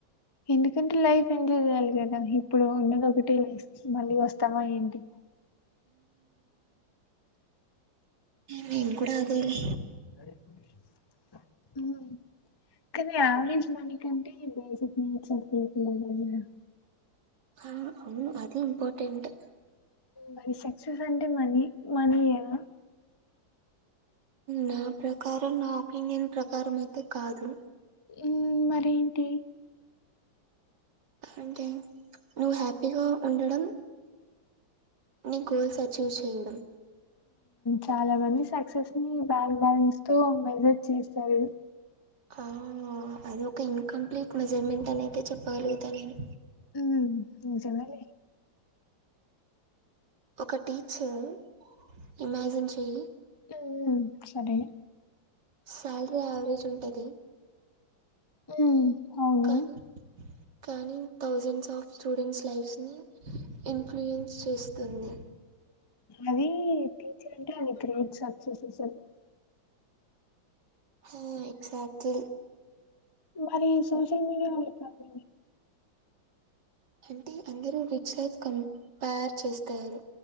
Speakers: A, on the left (about 25°); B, on the right (about 60°).
A: ఎందుకంటే లైఫ్ ఎంజాయ్ చేయాలి కదా ఇప్పుడు ఉన్నది ఒకటే లైఫ్. మళ్ళీ వస్తామా ఏంటి.
B: నేను కూడా అదేలే.
A: హ్ కానీ యావరేజ్ మనీ కంటే బేసిక్ నీడ్స్ అవి ఫుల్ ఫిల్ అవ్వాలిరా.
B: ఆ అవును అది ఇంపార్టెంటే.
A: మరి సక్సెస్ అంటే మనీ, మనీయేనా
B: నా ప్రకారం నా ఒపీనియన్ ప్రకారం అయితే కాదు.
A: ఏం మరేంటి?
B: అంటే నువ్వు హ్యాపీగా ఉండడం నీ గోల్స్ అచీవ్ చేయడం.
A: చాలా మంది సక్సెస్ ని బ్యాంక్ బ్యాలెన్స్ తో మెజర్ చేస్తారు.
B: ఆ అది ఒక ఇన్కంప్లీట్ మెజర్మెంట్ అనయితే చెప్పగలుగుతా నేను.
A: ఉ నిజమేలే.
B: ఒక టీచర్ ఇమాజిన్ చెయ్యి
A: ఉ సరే
B: సాలరీ యావరేజ్ ఉంటది.
A: హ్మ్ అవును
B: కానీ కానీ థౌజండ్స్ ఆఫ్ స్టూడెంట్స్ లైఫ్స్ ని ఇన్ఫ్లుయెన్స్ చేస్తుంది.
A: అది టీచర్ అంటే అది గ్రేట్ సక్సెస్ అస్సలు.
B: హ ఎక్సాక్ట్లీ.
A: మరి సోషల్ మీడియాలో ఎట్లా <inaudible>
B: అంటే అందరు రిచ్ లైఫ్ కంపార్ చేస్తారు.